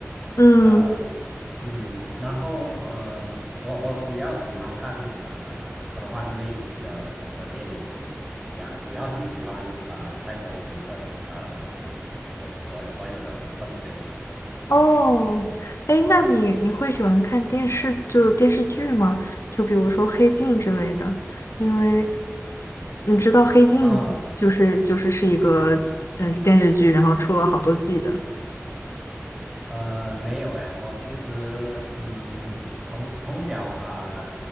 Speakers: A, on the left; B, in the centre.
A: 嗯，
B: 呃，嗯，然后呃，我我主要喜欢看呃科幻类型的的电影呀，主要是喜欢呃赛博朋克呃所所所有的氛围，
A: 哦，
B: 嗯
A: 哎，那你你会喜欢看电视，就电视剧吗？就比如说《黑镜》之类的，因为你知道《黑镜》就是就是是一个呃电视剧，
B: 啊
A: 然后出了好多季的。
B: 呃，没有诶，我其实嗯从从小啊、